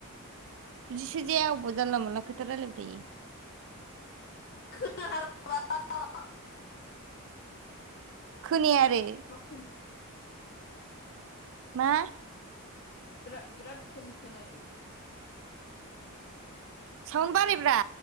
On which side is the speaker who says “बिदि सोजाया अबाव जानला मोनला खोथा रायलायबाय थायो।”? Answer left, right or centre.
Right